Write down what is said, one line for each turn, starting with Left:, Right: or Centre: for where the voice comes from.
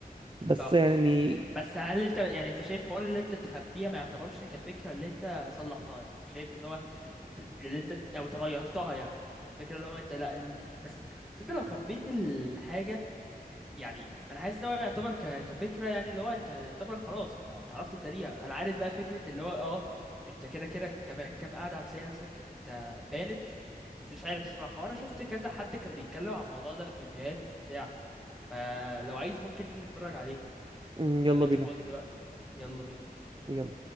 Right: بس
Centre: اه
Right: يعني
Centre: بس هل انت يعني انت شايف حوار اللي انت تخبيها ما يعتبرش كفكره اللي انت صلحتها يعني انت شايف ان هو ت- اللي انت او تغيرتها يعني كفكره اللي هو انت لا اللي انت بس بس انت لو خبيت الحاجه يعني انا حاسس ان هو يعتبر ك... كفكره يعني اللي هو انت يعتبر خلاص انت انت عرفت تداريها انا عارف بقى فكره اللي هو اه انت كده كده كمان كام قاعده هتلاقي نفسك ات- بانت بس مش عارف الصراحه وانا شفت كذا حد كان بيتكلم عن الموضوع ده في فيديوهات وبتاع فلو عايز ممكن نيجي نتفرج عليهم
Right: يلا
Centre: لو انت
Right: بينا
Centre: فاضي دلوقتي يلا بينا
Right: يلا